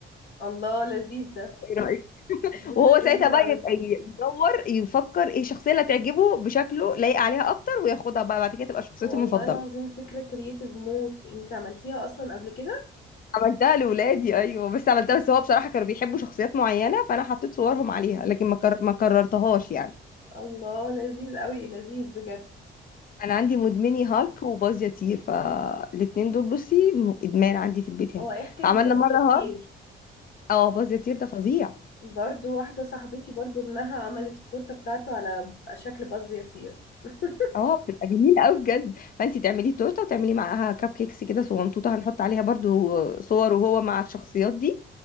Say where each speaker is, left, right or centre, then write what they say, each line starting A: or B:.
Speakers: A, on the left; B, on the left.
A: الله لذيذ ده
B: ايه رأيك؟
A: دي
B: وهو
A: فكره
B: ساعتها
A: لذيذه
B: بقى
A: قوي
B: يبقى ي- يدور يفكر ايه الشخصية اللي هتعجبه بشكله لايق عليها أكتر وياخدها بقى بعد كده تبقى شخصيته
A: والله
B: المفضلة
A: العظيم فكرة كرييتيف موت انت عملتيها اصلا قبل كده
B: عملتها لولادي ايوه بس عملتها بس هو بصراحه كانوا بيحبوا شخصيات معينه فانا حطيت صورهم عليها لكن ما كر... ما كررتهاش يعني
A: الله لذيذ قوي لذيذ بجد
B: انا عندي مدمني هالك وباز يطير فالاتنين دول بصي م- ادمان عندي في البيت هنا
A: هو ايه حكاية
B: فعملنا
A: باز
B: مره
A: يا طير
B: هالك اه باز يطير ده فظيع
A: برضو واحدة صاحبتي برضو ابنها عملت التورتة بتاعته على شكل باز يا طير <laughs>
B: اه بتبقى جميلة قوي بجد فانت تعملي تورته وتعملي معاها كب كيكس كده صغنطوطه هنحط عليها برضو صور وهو مع الشخصيات دي